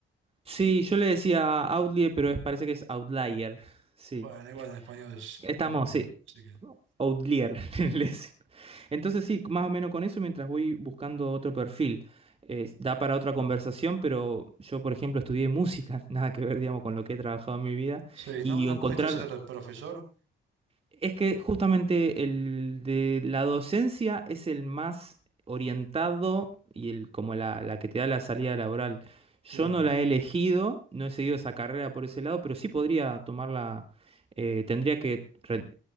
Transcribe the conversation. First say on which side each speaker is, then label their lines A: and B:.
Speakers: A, on the right; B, on the right.
A: sí, yo le decía Outlier, pero es- parece que es Outlier. Sí,
B: Bueno, igual en español es
A: estamos,
B: Outlier,
A: sí,
B: así que.
A: Outlier. <laughs> le decía. Entonces sí, más o menos con eso mientras voy buscando otro perfil. Eh, da para otra conversación, pero yo, por ejemplo, estudié música, <laughs> nada que ver, digamos, con lo que he trabajado en mi vida,
B: Sí,
A: y
B: ¿no, no
A: encontrar
B: pudiste ser profesor?
A: Es que justamente el de la docencia es el más orientado y el como la, la que te da la salida laboral.
B: Claro.
A: Yo no la he elegido, no he seguido esa carrera por ese lado, pero sí podría tomarla, eh, tendría que re-